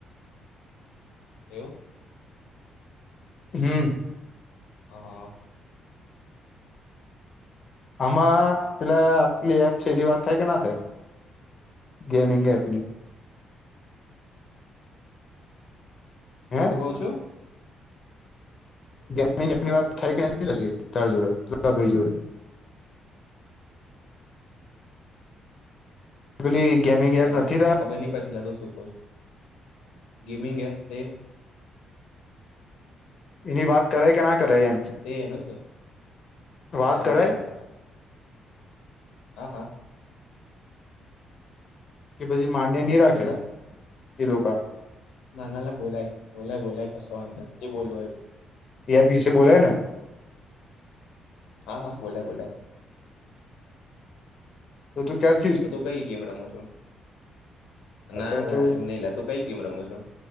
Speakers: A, on the left; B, on the left.
A: એવું.
B: હમ.
A: હા હા.
B: આમાં પેલા આપલી એપ છે એની વાત થાય કે ના થાય. ગેમિંગ એપની હે
A: કો છો.
B: ગેમ એની વાત થાય કે નથી થતી ત જોડે ભાઈ જોડે. ઓલી ગેમિંગ. એપ
A: હલો
B: નથી લા
A: ખબર નહિ પડતી લાતો શું કો છો ગેમિંગ એપ તે.
B: એની વાત કરાય કે ના કરાય એમ.
A: તે એનું શું
B: વાત
A: ચાલે
B: કરાય
A: ચાલે. હા હા.
B: કે પછી માન્ય નહી રાખે
A: બોલને
B: એ લોકા
A: ના ના ના બોલાય બોલાય બોલાય કશું વાંધો નહિ જે બોલુ એ બોલ.
B: યે અભી સે બોલે ન.
A: હા હા બોલે બોલે.
B: તો તું ક્યાર.
A: તો તુ કઈ ગેમ રમો છો. ના
B: અત્યારે
A: લા
B: તો
A: એવું નઈ લા તું કઈ ગેમ રમું છું.